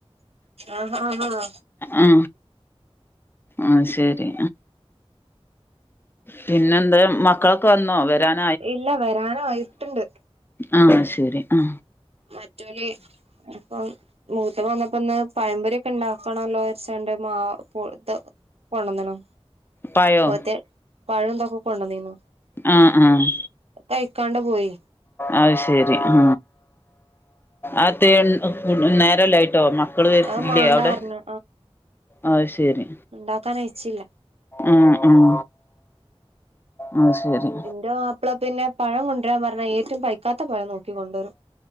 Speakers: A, on the right; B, on the left.
A: ആഹ് ഹാ ഹാ
B: ആ ആഹ് ശേരി പിന്നെന്ത്‌ മക്കളൊക്കെ വന്നോ വരാൻ
A: ഇല്ല വരാനായിട്ട്ണ്ട്.
B: ആഹ് ശരി ആ
A: മറ്റോല് ഇപ്പം മൂത്ത വന്നപ്പോന്നെ പയമ്പൊരീക്കെ ണ്ടാക്കണല്ലോ ച്ചോണ്ട് മാ പു തോ കൊണ്ടന്നുണു
B: പായോ
A: പോത്തെ പഴംന്തൊക്കെ കൊണ്ടന്നീന്നു.
B: ആഹ് ആഹ്
A: കയിക്കാണ്ട് പോയി.
B: അത് ശരി ആ ആത്തെ നേരല്ലായിട്ടോ മ മക്കള് വരില്ലേ
A: അത് മാണ്ടാർഞ്ഞ്
B: അവിടെ. ആഹ് ശരി.
A: ണ്ടാക്കാനയച്ചില്ല.
B: ആഹ് ആഹ്. ആഹ് സെരി
A: എന്റെ മാപ്ള പിന്നെ പഴം കൊണ്ട്വരാൻ പറഞ്ഞാ ഏറ്റം പൈക്കാത്ത പഴം നോക്കി കൊണ്ടരും.